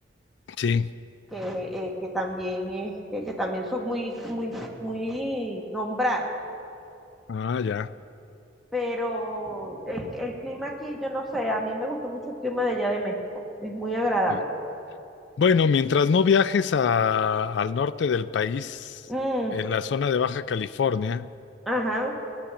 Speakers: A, on the left; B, in the centre.
A: Sí.
B: que, eh, que también, es, que, que también son muy, muy, muy nombradas.
A: Ah, ya.
B: Pero el, el clima aquí, yo no sé, a mí me gustó mucho el clima de allá de México, es muy agradable.
A: Sí. Bueno, mientras no viajes a- al norte del país,
B: Mm,
A: en la zona de Baja California,
B: ajá,